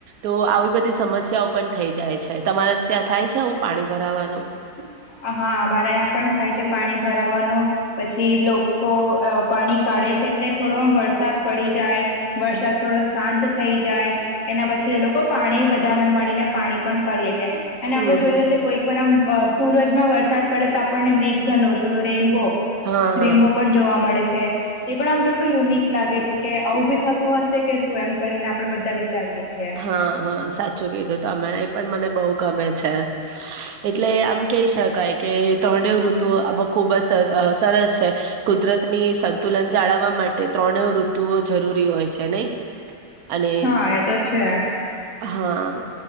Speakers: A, on the right; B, on the left.
A: તો આવી બધી સમસ્યાઓ પણ થઈ જાય છે. તમારે ત્યાં થાય છે આવું પાણી ભરાવાનું?
B: હા. અમારા આયાં પણ થાય છે પાણી ભરાવાનું. પછી લોકો અ.. પાણી કાઢે છે. એટલે થોડો આમ વરસાદ પડી જાય. વરસાદ થોડો શાંત થઈ જાય. એના પછી એ લોકો પાણી અમે બધા મળીને પાણી પણ કરીએે છે. અને આપણે
A: હમ
B: જોયું
A: હમ
B: હશે, કોઈક વાર આમ સૂરજમાં વરસાદ પડે તો આપણને મેઘધનુષ ઓલો રેઇનબો
A: હા હા
B: રેમ્બો પણ જોવા મળે છે. એ પણ આમ કેટલું યુનિક લાગે છે. કે આવું બી થતું હશે કે શું એમ કરીને આપણે બધા વિચારીએ. છીએ
A: હા-હા સાચું કીધું તમે. એ પણ મને બઉ ગમે છે. સ.. સ.. એટલે આમ કહી શકાય કે ત્રણેય ઋતુઓ ખુબ જ સર સરસ છે. કુદરત ની સંતુલન જાળવવા માટે ત્રણે ઋતુઓ જરૂર પૂરી હોય છે, નહી. અને
B: હા એ તો છે.
A: હા.